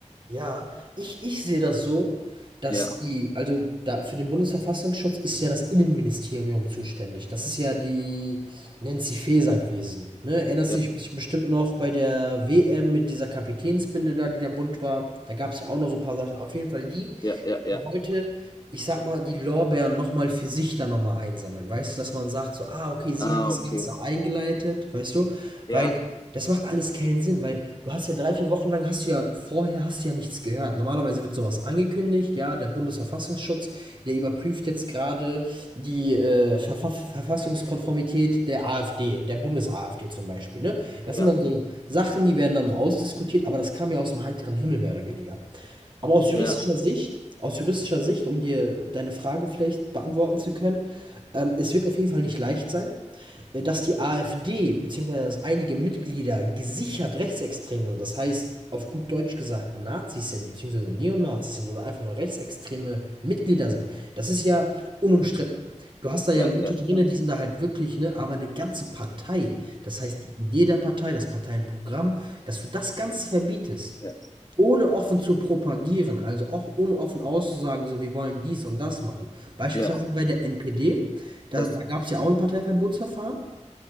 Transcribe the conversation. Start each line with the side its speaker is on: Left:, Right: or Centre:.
Right: Ja, ich, ich sehe das so, dass
Left: Ja,
Right: die, also da für den Bundesverfassungsschutz ist ja das Innenministerium zuständig. Das ist ja die Nancy Faeser gewesen. Ne? Erinnerst
Left: ja,
Right: du dich bestimmt noch bei der WM mit dieser Kapitänsbinde da, die da bunt war? Da gab es ja auch noch so ein paar Sachen. Auf jeden Fall die
Left: ja, ja, ja.
Right: die wollte, ich sag mal, die Lorbeeren noch mal für sich dann noch mal einsammeln, weißt du? Dass man sagt so: „Ah, okay, sie
Left: Ah,
Right: hat das
Left: okay.
Right: Mhm. Ganze eingeleitet“, weißt du?
Left: Ja,
Right: Weil das macht alles keinen Sinn, weil du hast ja 3 4 Wochen lang hast du ja vorher hast du ja nichts gehört. Normalerweise wird sowas angekündigt, ja, der Bundesverfassungsschutz, der überprüft jetzt gerade die, äh, Verfa Verfassungskonformität der AfD, der Bundes-AfD zum Beispiel, ne? Das
Left: ja,
Right: sind dann so Sachen, die werden dann so ausdiskutiert, aber das kam ja aus dem heiteren Himmel mehr oder weniger. Aber aus juristischer
Left: ja,
Right: Sicht aus juristischer Sicht, um dir deine Frage vielleicht beantworten zu können, ähm, es wird auf jeden Fall nicht leicht sein, äh, dass die AfD beziehungsweise dass einige Mitglieder gesichert rechtsextrem sind. Das heißt, auf gut Deutsch gesagt, Nazis sind, beziehungsweise Neonazis sind oder einfach nur rechtsextreme Mitglieder sind. Das ist ja unumstritten. Du hast da ja
Left: ja,
Right: Leute
Left: ja,
Right: drin,
Left: ja,
Right: die sind da halt wirklich, ne, aber eine ganze Partei, das heißt die Idee der Partei, das Parteienprogramm, dass du das Ganze verbietest,
Left: ja.
Right: ohne offen zu propagieren, also auch ohne offen auszusagen, so wir wollen dies und das machen. Beispielsweise
Left: Ja,
Right: bei der NPD, da,
Left: das,
Right: da gab es ja auch ein Parteiverbotsverfahren